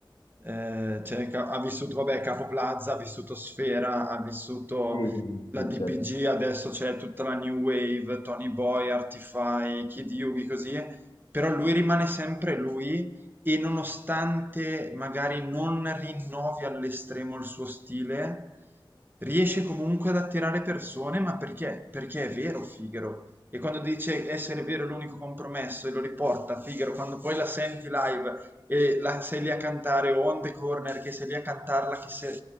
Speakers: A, on the right (about 20°); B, on the left (about 60°).
A: Eh, cioè, ca- ha vissuto, vabbè, Capo Plaza, ha vissuto Sfera, ha vissuto
B: Sì, sì, sì,
A: la
B: sì,
A: DPG
B: certo.
A: adesso c'è tutta la New Wave, Tony Boy, Artify, Kid Yugi, così, però lui rimane sempre lui e nonostante magari non rinnovi all'estremo il suo stile, riesce comunque ad attirare persone, ma perché? Perché è vero Figaro. E quando dice essere vero è l'unico compromesso e lo riporta Figaro, quando poi la senti live e la, sei lì a cantare o On The Corner che sei lì a cantarla che se-